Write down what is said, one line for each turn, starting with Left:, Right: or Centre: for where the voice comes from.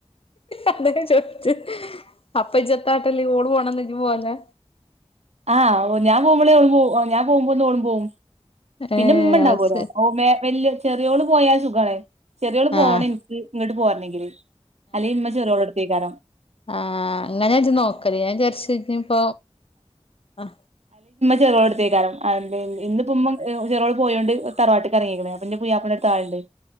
Left: അതൊക്കെ ചോദിച്ചു അപ്പ ഇജത്താട്ടല്ലേ ഓള് പോണന്ന് ഇജ്ജ് പോകലില്ല
Right: ആ ഓ ഞാൻ പോകുമ്പോളേ ഓ ഞാൻ പോകുമ്പോ ഒന്ന് ഓ പോകും പിന്നെ
Left: ഏഹ്
Right: ഉമ്മ ഉണ്ടാവലോ
Left: അത് ശരി
Right: ഓ വല്യ ചെറിയോള് പോയാൽ സുഖണേ ചെറിയോള് പോണം
Left: ആഹ്
Right: ഇനിക്ക് ഇങ്ങോട്ട് പോരണെങ്കില് അല്ലെങ്കിൽ ഇമ്മ ചെറിയോള എടുത്തേക്കാരം
Left: ആ അങ്ങനത് ഇജ്ജ് നോക്കല് ഞാൻ വിചാരിച്ച് ഇപ്പ ആ
Right: ചെറിയോളെടുത്ത്കാരം അല്ലെങ്കിൽ ഇന്നിപ്പം ഉമ്മ ചെറോൾ പോയോണ്ട് തറവാട്ട് കറങ്ങയിക്കേ അപ്പോ ഇന്റെ പുയാപ്പിളന്റെ അടുത്താളു